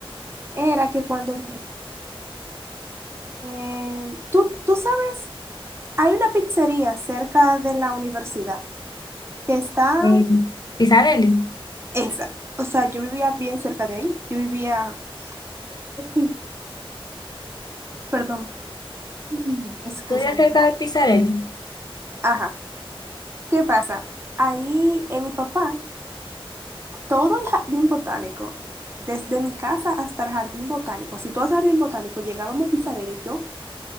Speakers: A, on the right; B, on the left.
A: Era que cuando, eh, tú, tú sabes, hay una pizzería cerca de la universidad, que está
B: Eh, Pisarelli.
A: esa, o sea, yo vivía bien cerca de ahí, yo vivía, <laughs> perdón, <clears throat> excúsame,
B: Estoy acerca de Pisarelli.
A: ajá, ¿qué pasa? Ahí eh, mi papá todo el jardín botánico, desde mi casa hasta el jardín botánico, si tú vas al jardín botánico, llegábamos Pizarera y yo